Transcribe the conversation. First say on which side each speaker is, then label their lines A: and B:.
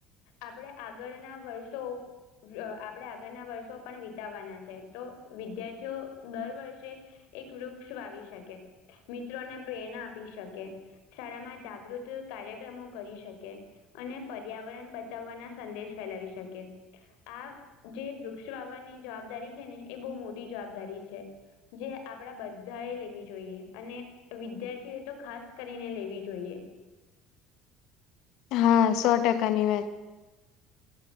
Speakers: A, on the left; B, on the left.
A: આપણે આગળના વર્ષો અ, આપણે આગળના વર્ષો પણ વિતાવાના છે તો વિદ્યાર્થીઓ દર વર્ષે. એક વૃક્ષ વાવી શકે મિત્રોને પ્રેરણા આપી શકે. શાળામાં જાગૃત કાર્યક્રમો કરી શકે. અને પર્યાવરણ બચાવવાના સંદેશ ફેલાવી શકે. આ જે વૃક્ષ વાવાની જવાબદારી છે ને એ બહુ મોટી જવાબદારી છે. જે આપડા બધા એ લેવી જોઈએ અને વિદ્યાર્થીએ તો ખાસ કરીને લેવી જોઈએ.
B: હા સો ટકાની વાત.